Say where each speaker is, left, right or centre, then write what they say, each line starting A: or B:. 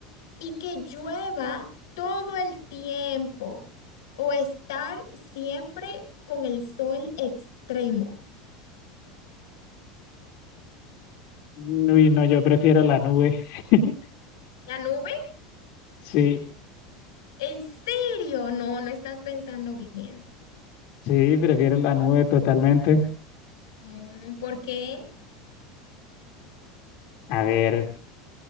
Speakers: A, on the left (about 90°); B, on the left (about 55°).
A: y que llueva todo el tiempo o estar siempre con el sol extremo.
B: Uy, no, yo prefiero la nube. <laughs>
A: ¿La nube?
B: Sí,
A: ¿En serio? No, no estás pensando bien.
B: sí, prefiero la nube totalmente.
A: No, ¿por qué?
B: A ver,